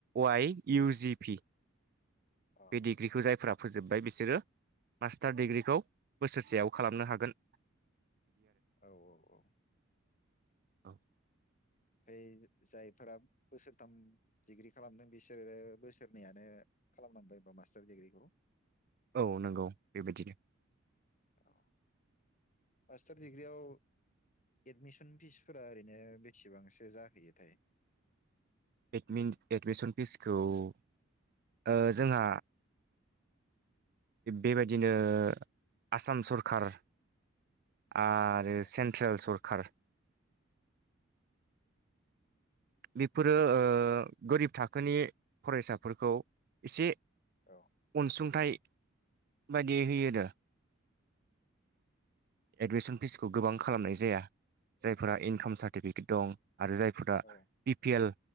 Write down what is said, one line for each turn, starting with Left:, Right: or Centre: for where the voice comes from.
Right: Y U G P.
Left: अ औ
Right: बे डिग्रिखौ जायफ्रा फोजोब्बाय बिसोरो मास्टार डिग्रिखौ बोसोरसेयाव खालामनो हागोन।
Left: औ औ औ।
Right: औ
Left: फाय जायफोरा बोसोरथाम डिग्रि खालामदों बिसोरो बोसोरनैयानो खालामनांबायबा मास्टार डिग्रिखौ?
Right: औ नंगौ बेबायदिनो।
Left: औ मास्टार दिडिग्रियाव एडमिसन फिसफोरा ओरैनो बेसेबांसो जाहैयोथाय?
Right: एडमिन एडमिसन फिसखौ ओ जोंहा बेबादिनो आसाम सरखार आरो
Left: औ
Right: सेनते्ल सरखार बेफोरो ओ गोरिब थाखोनि फरायसाफोरखौ एसे
Left: औ
Right: अनसुंथाइ बायदियै होयो आरो एडमिसन
Left: औ
Right: फिसखौ गोबां खालामनाय जाया जायफोरा इनकाम सार्टिफिकेट दं आरो जायफोरा
Left: औ
Right: बि पि एल